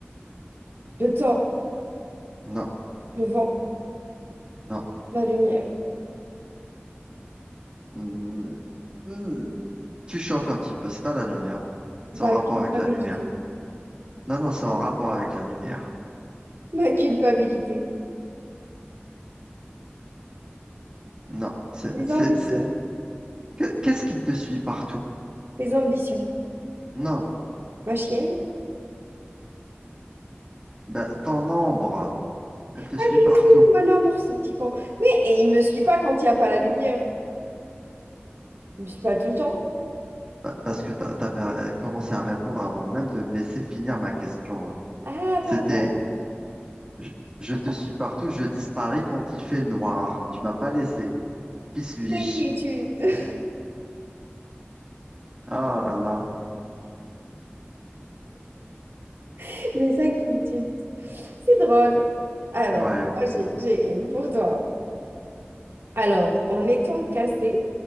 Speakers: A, on the right; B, on the right.
A: Le temps,
B: Non,
A: le vent,
B: non.
A: la lumière,
B: Hmm. Hmm. Tu chauffes un petit peu, c'est pas la lumière. C'est
A: ma
B: en rapport
A: culpabilité,
B: avec la lumière. Non, non, c'est en rapport avec la lumière.
A: ma culpabilité,
B: Non. C'est,
A: mes
B: c'est,
A: ambitions,
B: c'est- que- Qu'est-ce qui te suit partout?
A: mes ambitions,
B: Non.
A: ma chienne.
B: Ben, ton ombre, elle te suit
A: Ah oui,
B: partout.
A: mon amour, ce petit con. Mais et il me suit pas quand il n'y a pas la lumière. Il me suit pas tout le temps.
B: Pa- Parce que tu avais commencé à répondre avant même de me laisser finir ma question. hein.
A: Ah,
B: C'était,
A: pardon,
B: je, je te suis partout, je disparais quand il fait noir. Tu m'as pas laissé. Qui suis-je?
A: mes inquiétudes,
B: Ah là là.
A: <laughs> mes inquiétudes. C'est drôle. Alors,
B: Ouais.
A: moi, j'ai j'ai une pour toi. Alors, en étant cassée,